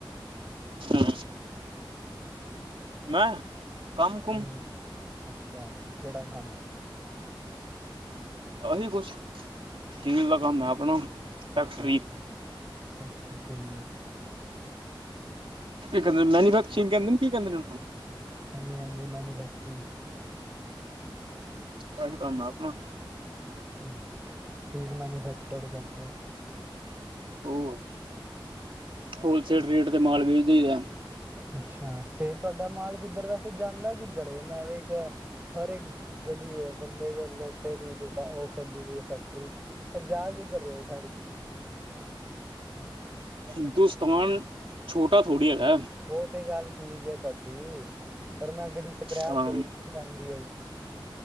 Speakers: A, on the right (about 80°); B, on the right (about 20°).
A: ਹੂੰ ਮੈਂ ਕੰਮ ਕੁਮ
B: ਹਾਂਜੀ ਅੱਛਾ ਕਿਹੜਾ ਕੰਮ,
A: ਅਹੀ ਕੁਛ ਸਟੀਲ ਦਾ ਕੰਮ ਹੈ ਆਪਣਾ ਫੈਕਟਰੀ
B: ਅੱਛਾ-ਅੱਛਾ ਐਕਟਰ ਸਹੀ ਹੈ।
A: ਕਹਿੰ ਮੈਨੀਫੈਕਚਰਗ ਕਹਿੰਦੇ ਕੀ ਕਹਿੰਦੇੂ?
B: ਹਾਂਜੀ-ਹਾਂਜੀ ਮੈਨੂਫੈਕਚਰਿੰਗ।
A: ਬਾਈ ਕੰਮ ਆਪਣਾ
B: ਅੱਛਾ ਸਟੀਲ ਮੈਨੂਫੈਕਚਰਡ ਕਰਦੇ
A: ਹੋਰ? ਹੋਲਸੇਲ ਰੇਟ ਤੇ ਮਾਲ ਵੇਜਦਾ ਹੀ ਹੈ।
B: ਅੱਛਾ ਤੇ ਤੁਹਾਡਾ ਮਾਲ ਕਿੱਧਰ ਵੈਸੇ ਜਾਂਦਾ ਕਿੱਧਰ ਮੈਂ ਵੇਖਿਆ ਹਰ ਇੱਕ ਗਲੀਏ ਬੰਦੇ ਕੋਲ ਲੋਟੇ ਦੀ ਦੁਕ ਉਹ ਖੋਲੀ ਗਈ ਫੈਕਟਰੀ ਜਾ ਕਿੱਧਰ ਰਿਹੇ ਹਰੀ
A: ਹਿੰਦੁਸਤਾਨ ਛੋਟਾ ਥੋੜ੍ਹੀ ਹੈਗਾ।
B: ਉਹ ਤੇ ਗੱਲ ਠੀਕ ਹੈ ਤੁਹਾਡੀ ਪਰ ਮੈਂ ਕਦੀ ਸਕ੍ਰੈਪ
A: ਹਾਂ
B: ਤੇ ਵੇਖੀ ਨ ਆਦੀ ਹੋਈ।